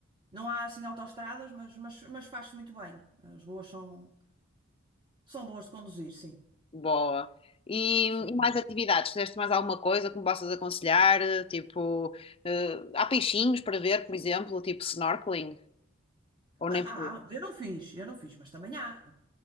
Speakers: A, on the right; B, on the left.
A: Não há assim autoestradas, mas, mas, mas faz-se muito bem. As ruas são, são boas de conduzir, sim.
B: boa. E,
A: Sim.
B: e mais
A: não é?
B: atividades? Fizeste mais alguma coisa que me possas aconselhar? Eh, Tipo, eh, há peixinhos para ver, por exemplo, tipo snorkeling? Ou
A: Ah,
B: nem por isso?
A: ah, eu não fiz, eu não fiz, mas também há.